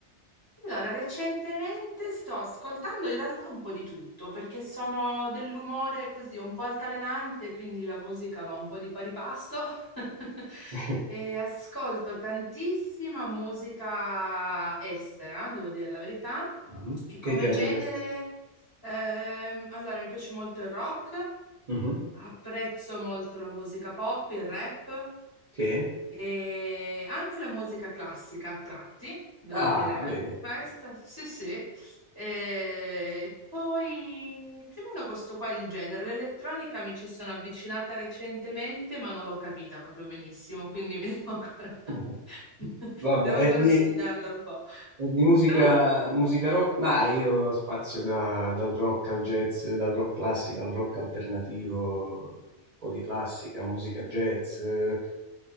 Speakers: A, on the left (about 20°); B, on the right (about 45°).
A: Allora, recentemente sto ascoltando in realtà un po' di tutto perché sono dell'umore così un po' altalenante, quindi la musica va un po' di pari passo <laughs>
B: <laughs>
A: e ascolto tantissima musica estera, devo dire la verità,
B: Mhm.
A: e
B: Che
A: come
B: genere?
A: genere, ehm, allora mi piace molto il rock,
B: Mhm.
A: apprezzo molto la musica pop, il rap.
B: Sì.
A: E anche la musica classica a tratti, devo
B: Ah,
A: dire, anche
B: vedi.
A: questa, sì, sì. E poi più o meno questo qua è il genere. L'elettronica mi ci sono avvicinata recentemente, ma non l'ho capita proprio benissimo, quindi <laughs> mi devo ancora,
B: <laughs>
A: <laughs>
B: Vabbè,
A: devo
B: è
A: ancora
B: di,
A: studiarla un po'.
B: è di musica,
A: Tu?
B: musica rock? Ma io spazio da- dal rock al jazz, dal rock classico al rock alternativo, un po' di classica, musica jazz, eh,